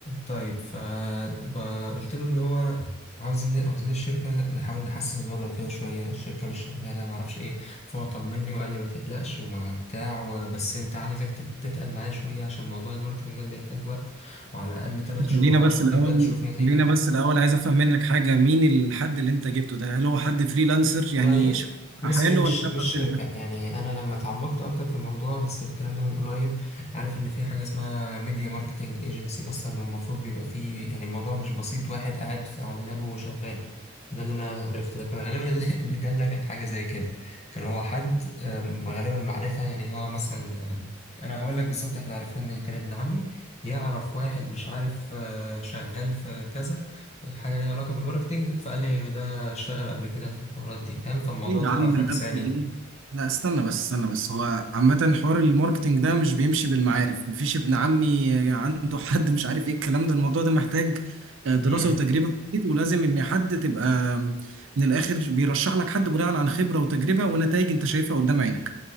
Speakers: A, on the left (about 35°); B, on the right (about 65°).
A: طيب فقلت له ان هو عاوزين عاوزين الشركة نحاول نحسن الوضع فيها شوية الشركة مش شغالة معرفش ايه فهو طمني وقال لي ما تقلقش وما بتاع وبس انت عايزك تت- تتقل معايا شوية عشان موضوع الماركتنج ده بيحتاج وقت وعلى الأقل تلات شهور
B: خلينا بس
A: عشان
B: الاول
A: تبدأ تشوف نتيجة
B: خلينا بس الاول عايز افهم منك حاجه مين الحد اللي انت جبته ده هل هو حد فريلانسر يعني
A: والله
B: ش-
A: بص
B: حاله
A: هي مش
B: ولا تبع
A: مش
B: شركه
A: شركة يعني أنا لما اتعمقت أكتر في الموضوع بس الكلام ده من قريب عارف إن في حاجة اسمها ميديا ماركتينج ايجنسي أصلا والمفروض بيبقى فيه يعني الموضوع مش بسيط واحد قاعد في- على لابه وشغال ده اللي أنا عرفته لكن غالبا اللي <laughs> اللي جالنا كان حاجة زي كده كان هو حد آم، غالبا معرفة يعني اللي هو مثلا آه، أنا هقول لك بالظبط إحنا عرفناه منين كان ابن عمي يعرف واحد مش عارف آه، شغال في كذا حاجة ليها علاقة بالماركتينج فقال لي ده اشتغل قبل كده في الحوارات دي فاهم فالموضوع
B: ايه
A: طلع
B: يا عم
A: فكسان
B: الربح دي
A: يعني
B: لا استنى بس استنى بس هو عامه حوار الماركتينج ده مش بيمشي بالمعارف مفيش ابن عمي عنده حد مش عارف ايه الكلام ده الموضوع ده محتاج آه، دراسه
A: امم
B: وتجربه كتير ولازم ان حد تبقى من الاخر بيرشح لك حد بناء عن خبره وتجربه ونتائج انت شايفها قدام عينك